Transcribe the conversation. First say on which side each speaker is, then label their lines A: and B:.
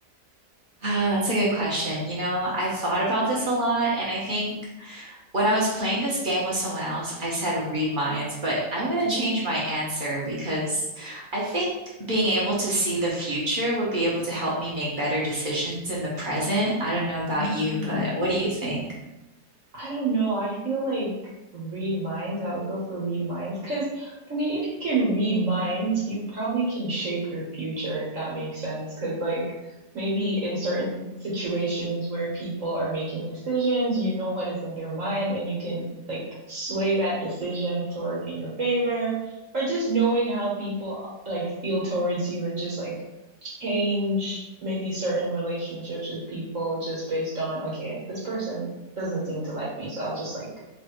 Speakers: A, on the right; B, on the right.
A: Ah, that's a good question. You know, I've thought about this a lot, and I think when I was playing this game with someone else, I said read minds, but I'm going to
B: Mhm.
A: change my answer because I think being able to see the future would be able to help me make better decisions in the present. I don't know about
B: Mm.
A: you, but what do you think?
B: I don't know. I feel like read minds. I would go for read minds because I mean, if you can read minds, you probably can shape your future if that makes sense. Because like maybe in certain situations where people are making decisions, you know what is in their mind, and you can like sway that decision to work in your favor, or just knowing how people like feel towards you and just like change maybe certain relationships with people just based on, okay, this person doesn't seem to like me, so I'll just like